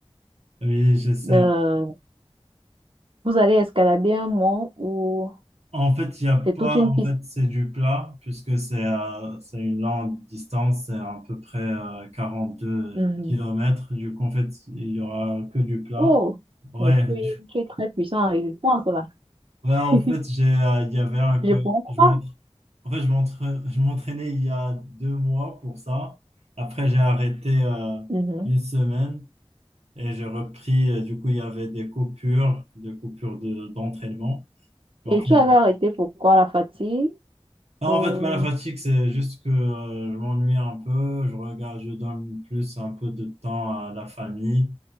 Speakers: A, on the right (about 80°); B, on the right (about 55°).
A: Oui, j'essaie
B: euh, vous allez escalader un mont où
A: En fait, il y a pas.
B: c'est toute une
A: En
B: piste.
A: fait, c'est du plat, puisque c'est euh, c'est une longue distance, c'est à peu près euh, 42
B: Mhm.
A: kilomètres. Du coup, en fait, il y aura que du plat.
B: Oh,
A: Ouais,
B: mais tu
A: du-
B: es, tu es très puissant en résistance là.
A: ouais,
B: <laughs>
A: en fait, j'ai, euh, il y avait un co-
B: Je comprends.
A: je m'entra- en fait, je m'entra- je m'entraînais il y a deux mois pour ça. Après, j'ai arrêté euh,
B: Mhm.
A: une semaine et j'ai repris. Euh, Du coup, il y avait des coupures, des coupures de, d'entraînement. Mais
B: Et
A: en fait,
B: tu avais arrêté pourquoi la fatigue?
A: Non,
B: Ou...
A: en fait, pas la fatigue, c'est juste que euh, je m'ennuie un peu. Je regarde, je donne plus un peu de temps à la famille,